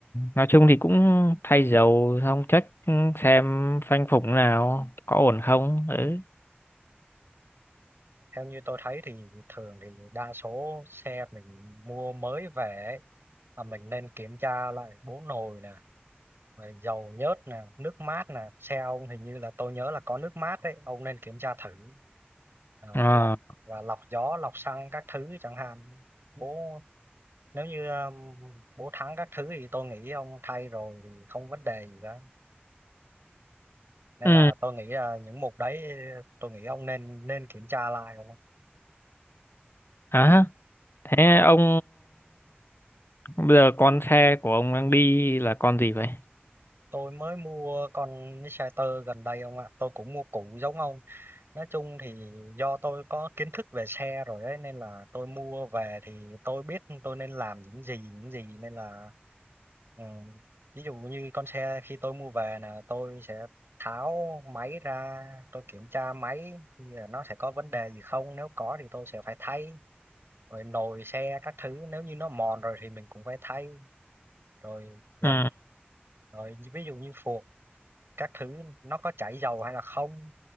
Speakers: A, on the left; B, on the right.
A: nói chung thì cũng thay dầu xong check xem phanh phủng nào có ổn không ừ
B: Theo như tôi thấy thì thường thì đa số xe mình mua mới về ấy, là mình nên kiểm tra lại bố nồi nè, rồi dầu nhớt nè, nước mát nè. Xe ông hình như là tôi nhớ là có nước mát đấy, ông nên kiểm tra thử. À,
A: Ờ.
B: lọc và lọc gió, lọc xăng các thứ chẳng hạn. Bố nếu như um, bố thắng các thứ thì tôi nghĩ ông thay rồi thì không vấn đề gì cả. Nên
A: ừ
B: là tôi nghĩ là những mục đấy tôi nghĩ ông nên nên kiểm tra lại
A: à, thế ông bây giờ con xe của ông đang đi là con gì vậy
B: Tôi mới mua con Insider gần đây ông ạ. Tôi cũng mua cũ giống ông. Nói chung thì do tôi có kiến thức về xe rồi ấy nên là tôi mua về thì tôi biết tôi nên làm những gì những gì nên là ừ, ví dụ như con xe khi tôi mua về là tôi sẽ tháo máy ra, tôi kiểm tra máy thì nó sẽ có vấn đề gì không, nếu có thì tôi sẽ phải thay. Rồi nồi xe các thứ nếu như nó mòn rồi thì mình cũng phải thay. Rồi dàn
A: ừ
B: rồi ví dụ như phuộc các thứ nó có chảy dầu hay là không